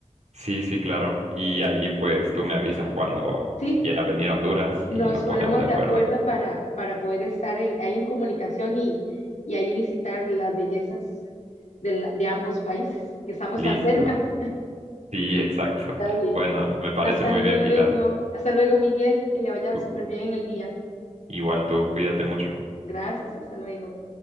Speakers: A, on the right; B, on the left.
A: sí, sí, claro. Y ahí pues tú me avisas cuando
B: Sí,
A: quieras venir a Honduras
B: nos
A: y nos
B: ponemos
A: ponemos de acuerdo.
B: de acuerdo para, para poder estar en, ahí en comunicación y, y ahí visitar las bellezas de, la- de ambos países, que estamos
A: Listo.
B: tan cerca.
A: Sí, exacto. <laughs>
B: Está bien.
A: Bueno, me parece
B: Hasta
A: muy
B: luego.
A: bien, Pilar.
B: Hasta luego, Miguel. Que le vaya
A: Cu-
B: súper bien en el día.
A: Igual tú, cuídate mucho.
B: Gracias. Hasta luego.